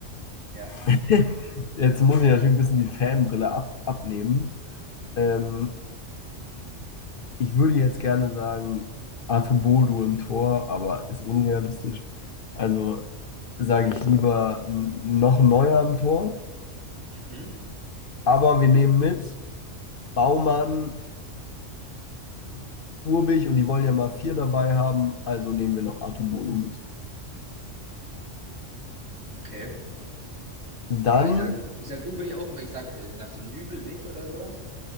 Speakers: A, on the right; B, on the left.
A: ja.
B: <laughs> Jetzt muss ich natürlich ein bisschen die Fanbrille ab abnehmen. Ähm, ich würde jetzt gerne sagen, Artubodu im Tor, aber ist unrealistisch. Also sage ich lieber n- noch neuer im Tor.
A: Mhm,
B: Aber wir nehmen mit Baumann, Urbich und die wollen ja mal vier dabei haben, also nehmen wir noch Artubodu mit.
A: okay.
B: Dann
A: Ja, ich sag, ich sag Ubich auch, aber ich sag, äh, sagst du Nübel nicht oder sowas?